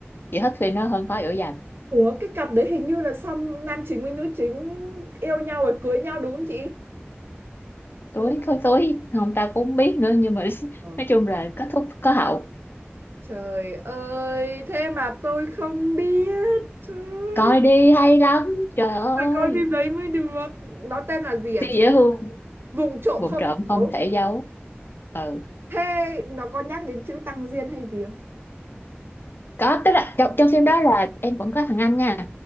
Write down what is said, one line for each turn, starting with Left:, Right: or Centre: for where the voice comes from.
Left: chị thích phim nó hơn Khói Lửa Dành
Right: Ủa cái cặp đấy hình như là xong nam chính với nữ chính yêu nhau rồi cưới nhau đúng không chị?
Left: tối
Right: Đúng không?
Left: khói tối không ta cũng không biết nữa nhưng mà <laughs>
Right: Ờ.
Left: nói chung là kết thúc có hậu
Right: Trời ơi, thế mà tôi không biết. Trời ơi,
Left: coi đi hay lắm trời ơi
Right: phải coi phim đấy mới được. Nó tên là gì hả
Left: siêu
Right: chị?
Left: dễ thương
Right: Vùng trộm
Left: vụng
Right: không?
Left: trộm
Right: thành
Left: không
Right: dấu
Left: thể giấu ừ
Right: Thế nó có nhắc đến chữ Tăng Diên hay gì không?
Left: có tức là trong, trong phim đó là em vẫn có thằng anh nha